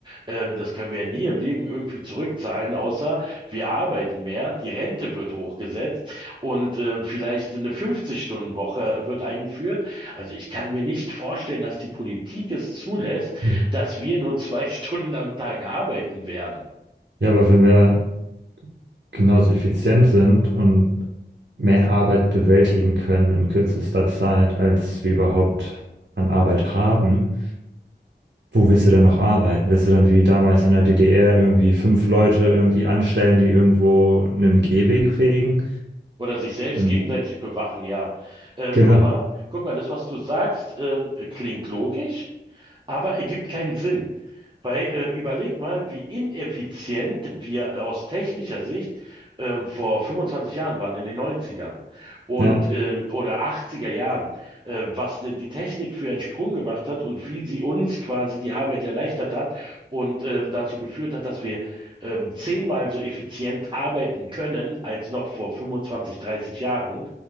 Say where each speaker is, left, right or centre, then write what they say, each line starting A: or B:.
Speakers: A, on the right; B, on the right.
A: ähm, das können wir ja nie im Leben irgendwie zurückzahlen, außer wir arbeiten mehr, die Rente wird hochgesetzt und äh, vielleicht eine 50-Stunden-Woche wird eingeführt. Also ich kann mir nicht vorstellen, dass die Politik es zulässt,
B: Mhm.
A: dass wir nur zwei <laughs> Stunden am Tag arbeiten werden.
B: Ja, aber wenn wir genauso effizient sind und mehr Arbeit bewältigen können in kürzester Zeit, als wir überhaupt an Arbeit haben, wo willst du dann noch arbeiten? Willst du dann wie damals in der DDR irgendwie fünf Leute irgendwie anstellen, die irgendwo einen Gehweg fegen?
A: Oder sich selbst
B: Und
A: gegenseitig bewachen, ja. Ähm,
B: genau,
A: guck mal, guck mal, das, was du sagst, ähm, klingt logisch. Aber ergibt keinen Sinn. Weil äh, überleg mal, wie ineffizient wir aus technischer Sicht äh, vor 25 Jahren waren, in den 90ern und
B: ja.
A: ähm, oder 80er Jahren, äh, was die, die Technik für einen Sprung gemacht hat und wie sie uns quasi die Arbeit erleichtert hat und ähm, dazu geführt hat, dass wir ähm, zehnmal so effizient arbeiten können als noch vor 25, 30 Jahren.